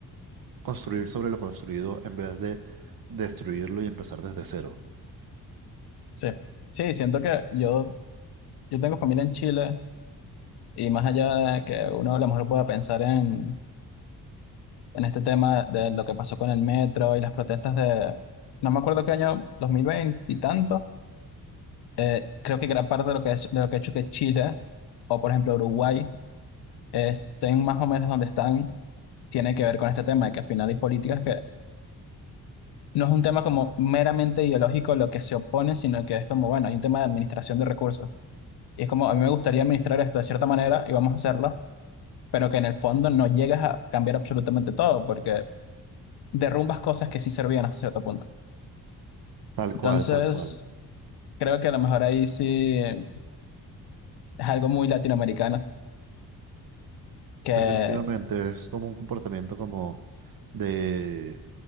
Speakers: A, on the right; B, on the left.
A: construir sobre lo construido en vez de destruirlo y empezar desde cero?
B: Sí, sí, siento que yo, yo tengo familia en Chile, y más allá de que uno a lo mejor pueda pensar en, en este tema de lo que pasó con el metro y las protestas de, no me acuerdo qué año, 2020 y tantos eh, creo que gran parte de lo que es, de lo que ha hecho que Chile o por ejemplo Uruguay estén más o menos donde están tiene que ver con este tema de que al final hay políticas que no es un tema como meramente ideológico lo que se opone, sino que es como, bueno, hay un tema de administración de recursos. Y es como, a mí me gustaría administrar esto de cierta manera y vamos a hacerlo, pero que en el fondo no llegas a cambiar absolutamente todo porque derrumbas cosas que sí servían hasta cierto punto.
A: Tal
B: Entonces,
A: cual, tal cual.
B: creo que a lo mejor ahí sí es algo muy latinoamericano. que
A: Definitivamente, es como un comportamiento como de,